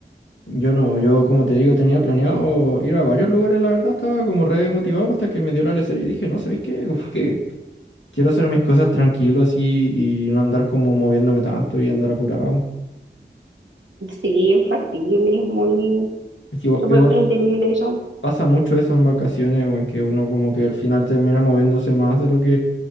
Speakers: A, on the left (about 85°); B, on the right (about 85°).
A: Yo no, yo como te digo, tenía planeado ir a varios lugares, la verdad, estaba como re motivado hasta que me dio la lecera y dije, no, ¿sabéis qué? Como que quiero hacer mis cosas tranquilos y, y no andar como moviéndome tanto y andar apurado.
B: Sí, es factible, es muy
A: Es que igual,
B: súper
A: igual
B: entendible eso.
A: pasa mucho eso en vacaciones, o en que uno como que al final termina moviéndose más de lo que,